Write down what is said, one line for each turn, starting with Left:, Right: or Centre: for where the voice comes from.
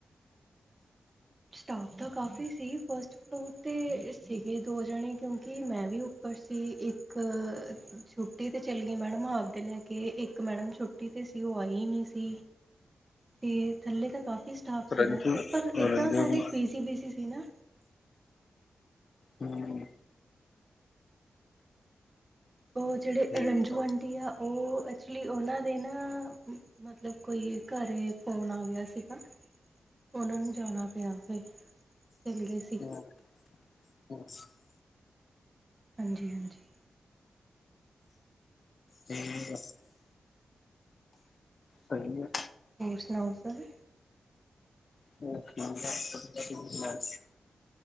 Right: ਸਟਾਫ ਤਾਂ ਕਾਫੀ ਸੀ ਫਸਟ ਬਹੋਤ ਤੇ ਅ ਸੀਗੇ ਦੋ ਜਣੇ ਕਿਉਂਕਿ ਮੈਂ ਵੀ ਉੱਪਰ ਸੀ ਇੱਕ ਛੁੱਟੀ ਤੇ ਚਲਗੀ ਮੈਡਮ ਹਾਫ ਡੇ ਲੈ ਕੇ। ਇੱਕ ਮੈਡਮ ਛੁੱਟੀ ਤੇ ਸੀ ਔ ਆਈ ਨੀ ਸੀ। ਤੇ ਥੱਲੇ ਤਾਂ ਕਾਫੀ ਸਟਾਫ ਸੀਗਾ
Left: ਰੰਜੂ
Right: ਥ ਪਰ ਏਦਾਂ
Left: ਰੰਜੂ
Right: ਸਾਰੇ
Left: ਨੂੰ
Right: ਬੀਜੀ-ਬੀਜੀ ਸੀ ਨਾ।
Left: ਹੂੰ।
Right: ਔ ਜੇੜੇ
Left: ਠੀਕ
Right: ਰੰਜੂ
Left: ਆ।
Right: ਆਂਟੀ ਆ ਔ ਐਕਚੁਲੀ ਔਨਾਂ ਦੇ ਨਾ ਮਤਲਬ ਕੋਈ ਘਰੇ ਫ਼ੋਨ ਆ ਗਿਆ ਸੀਗਾ। ਔਨਾਂ ਨੂੰ ਜਾਣਾ ਪਿਆ ਫਿਰ ਚਲਗੇ ਸੀ।
Left: ਹੋਰ <unintelligible>
Right: ਹਾਂਜੀ-ਹਾਂਜੀ।
Left: ਚੀ ਸਈ ਐ।
Right: ਹੋਰ ਸੁਣਾਔ ਸਰ।
Left: <inaudible>